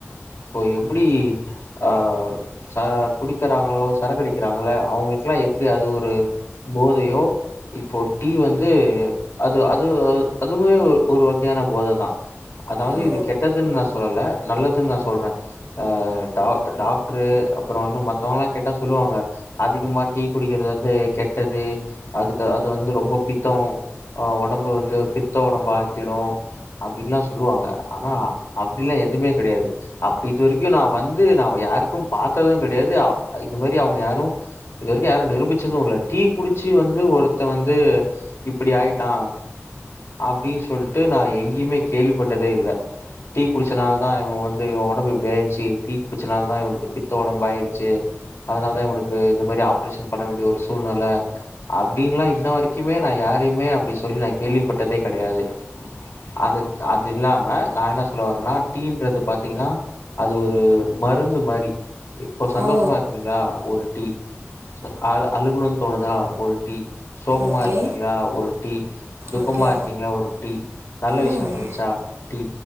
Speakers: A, on the left; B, on the right.
A: இப்போ எப்புடி ஆ ச குடிக்கறாங்களோ சரக்கடிக்கறாங்கள அவுங்களுக்குலா எப்புடி அது ஒரு போதையோ இப்போ டீ வந்து அது அது அது அதுமே ஒரு ஒரு வகையான போத தா அதாவது
B: ஓ
A: இது கெட்டதுன்னு நா சொல்லல நல்லதுன்னு நா சொல்ற ஆ டா டாக்ட்ரு அப்ரோ ஒன்னு மத்தவங்கலா கேட்டா சொல்லுவாங்க அதிகமா டீ குடிக்கறது வந்து கெட்டது அதுக்கு அது வந்து ரொம்ப பித்தோ ஆ ஒடம்பு வந்து பித்த ஒடம்பு ஆக்கிடு அப்டிலா சொல்லுவாங்க ஆனா அப்டிலா எதுமே கெடையாது அப்ப இது வரைக்கு நா வந்து நா யாருக்கு பாத்தது கெடயாது இது மாரி அவுங்க யாரு இது வரைக்கு யாரு நிரூபிச்சது இல்ல டீ குடிச்சு வந்து ஒருத்த வந்து இப்புடி ஆயிட்டா அப்டின்னு சொல்ட்டு நா எங்கேயுமே கேள்விப்பட்டதே இல்ல டீ குடிச்சனால தா இவ வந்து இவ ஒடம்பு இப்டி ஆயிருச்சு டீ குடிச்சனாலதா இவனுக்கு பித்த ஒடம்பு ஆயிருச்சு அதனாலதா இவனுக்கு இந்த மாதிரி ஆப்ரேஷன் பண்ண வேண்டிய ஒரு சூழ்நெல அப்டின்ல்லா இன்ன வரைக்குமே நா யாரையுமே அப்டி சொல்லி நா கேள்விப்பட்டதே கெடையாது அது அது இல்லாம நா என்ன சொல்ல வரேன்னா டீன்றது பாத்தீங்கன்னா அது ஒரு மருந்து மாரி இப்போ சந்தோஷமா
B: ஓ
A: இருக்கீங்ளா ஒரு டீ அ அழுகணும்னு தோணுதா ஒரு டீ சோகமா
B: ஓகே
A: இருக்கீங்களா ஒரு டீ துக்கமாருக்கீங்களா
B: ஓகே
A: ஒரு டீ நல்ல விஷயோ
B: ம்
A: நடந்துச்சா டீ